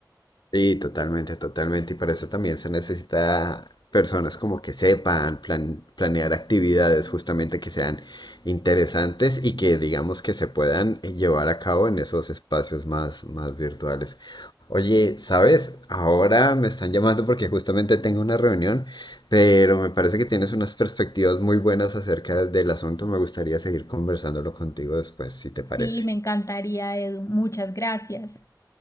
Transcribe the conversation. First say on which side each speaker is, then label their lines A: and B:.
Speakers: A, on the left; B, on the left.
A: Sí, totalmente, totalmente. Y para eso también se necesita personas como que sepan plan- planear actividades justamente que sean interesantes y que digamos que se puedan eh, llevar a cabo en esos espacios más, más virtuales. Oye, ¿sabes? Ahora me están llamando porque justamente tengo una reunión, pero me parece que tienes unas perspectivas muy buenas acerca del asunto. Me gustaría seguir conversándolo contigo después, si te
B: Sí,
A: parece.
B: me encantaría, Edu. Muchas gracias.